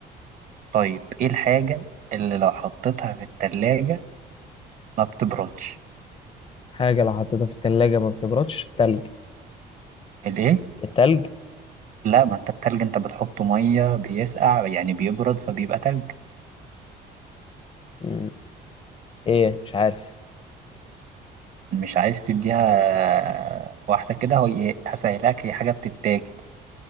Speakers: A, on the right; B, on the left.
A: طيب ايه الحاجة اللي لو حطيتها في التلاجة ما بتبردش
B: حاجة لو حطيتها في التلاجة ما بتبردش التلج
A: الايه
B: التلج
A: لا ما انت التلج انت بتحطه مية بيسقع يعني بيبرد فبيبقى تلج
B: مم. إيه مش عارف
A: مش عايز تديها آه، واحدة كده هو هسهلك هي حاجة بتتاكل